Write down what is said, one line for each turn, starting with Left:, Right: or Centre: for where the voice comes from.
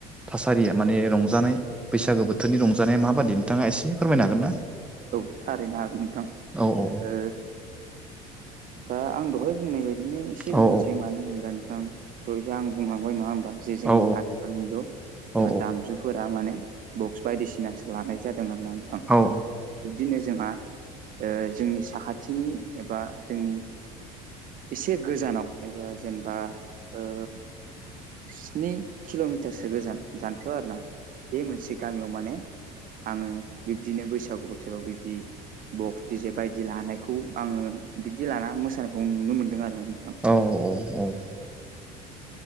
Centre: थासारिया माने रंजानाय बैसागो बोथोरनि रंजानाया माबादि नोंथाङा एसे फोरमायनो हागोन ना
Right: औ थारैनो हागोन नोंथां
Centre: औ औ
Right: ओ दा आं दहाय बुंनाय बायदिनो एसे
Centre: औ
Right: बुंफिनोसै मानो होना नोंथां दहायसो आं बुंहांबाय नङा होमबा जे जोंनि
Centre: औ
Right: आथिखाल मुगायाव जोंहा
Centre: औ
Right: दामजुफोरा माने बक्स बायदिसिनासो लानाय जादों आरोना नोंथां
Centre: औ
Right: बिब्दिनो जोंहा ओ जोंनि साखाथिनि एबा जोंनि एसे गोजानाव एबा जेनबा ओ स्नि किल'मिटारसो गोजान जानथायाव आरो ना बे मोनसे गामियाव माने आङो बिब्दिनो बैसागु बोथोराव बिब्दि बक्स दि जे बायदि लानायखौ आङो बिदि लाना मोसानायखौ नुनो मोनदों आरो नों
Centre: औ औ